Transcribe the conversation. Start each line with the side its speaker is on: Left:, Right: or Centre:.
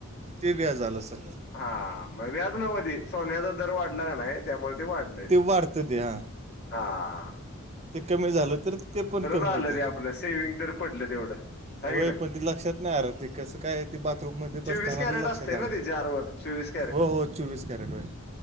Right: ते व्याज झाल सर.
Left: हा म व्याज नव्हती सोन्याचा दर वाढला का नाही त्यामुळे ते वाढलय.
Right: वढत ते हा.
Left: हाहा
Right: ते कमी झाल तर ते पण कमी
Left: झालं
Right: होत.
Left: ते आपलं सेविंग तर पडलं तेवढं. हाय
Right: होय
Left: की नाही
Right: पण त लक्षात नाही आर ते कस काय ते बाथरूम मध्ये
Left: चोवीस
Right: बसताना
Left: कॅरेट असते
Right: लक्षात
Left: ना
Right: आल.
Left: ते चारवर चोवीस
Right: हो हो चोवीस कॅरेट वय.